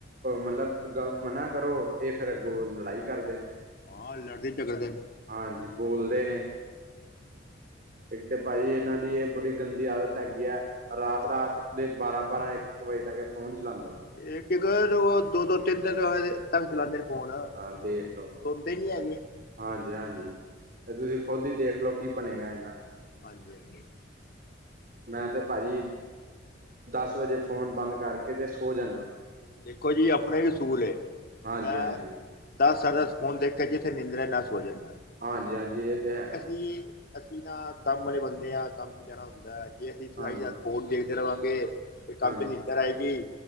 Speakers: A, on the right (about 45°); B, on the left (about 50°).
A: ਮਤਲਬ ਮਨਾ ਕਰੋ, ਇਹ ਫਿਰ ਅੱਗੋਂ ਲੜਾਈ ਕਰਦੇ ਨੇ।
B: ਹਾਂ ਲੜਦੇ, ਝਗੜਦੇਨ।
A: ਹਾਂਜੀ, ਬੋਲਦੇ ਨੇ। ਇੱਕ ਤੇ ਭਾਜੀ ਇਹਨਾਂ ਦੀ, ਇਹ ਬੜੀ ਗੰਦੀ ਆਦਤ ਹੈਗੀ ਹੈ। ਰਾਤ-ਰਾਤ ਦੇ, ਬਾਰਾਂ-ਬਾਰਾਂ, ਇੱਕ-ਇੱਕ ਵਜੇ ਤੱਕ ਫੋਨ ਚਲਾਉਂਦੇ ਰਹਿੰਦੇ
B: ਇੱਕ-ਇੱਕ, ਦੋ-ਦੋ, ਤਿੰਨ-ਤਿੰਨ ਵਜੇ ਤੱਕ ਚਲਾਂਦੇ ਨੇ। ਫੋਨ
A: ਹਾਂ, ਦੇਖਲੋ।
B: ਸੁਣਦੇ ਨੀ ਹੈਗੇ
A: ਹਾਂਜੀ-ਹਾਂਜੀ, ਇਹ ਤੁਸੀਂ ਖੁਦ ਹੀ ਦੇਖਲੋ, ਕੀ ਬਣੇਗਾ ਇਹਨਾਂ ਦਾ।
B: ਹਾਂਜੀ-ਹਾਂਜੀ।
A: ਮੈਂ ਤੇ ਭਾਜੀ, ਦੱਸ ਵਜੇ ਫੋਨ ਬੰਦ ਕਰਕੇ ਤੇ ਸੋ ਜਾਂਦਾ
B: ਦੇਖੋ ਜੀ ਆਪਣੇ ਵੀ ਅਸੂਲ ਏ,
A: ਹਾਂਜੀ-ਹਾਂਜੀ,
B: ਮੈਂ ਦਸ ਸਾਡੇ ਦਸ, ਫੋਨ ਦੇਖਕੇ ਜਿੱਥੇ ਨਿੰਦਰੇ ਨਾਲ ਸੋ ਜਾਂਦਾ।
A: ਹਾਂਜੀ, ਹਾਂਜੀ, ਇਹ ਤੇ ਹੈਹੀ।
B: ਜੀ। ਅਸੀਂ ਨਾ ਕੰਮ ਵਾਲੇ ਬੰਦੇ ਆਂ, ਕੰਮ'ਚ ਜਾਣਾ ਹੁੰਦੈ। ਜੇ ਅਸੀਂ
A: ਹਾਂਜੀ,
B: ਸਾਰੀ ਰਾਤ ਫੋਨ ਦੇਖਦੇ ਰ੍ਹਵਾਂਗੇ, ਫਿਰ ਕੰਮ
A: ਹਾਂਜੀ,
B: ਤੇ ਨ੍ਹੀਂਦਰ ਆਇਗੀ,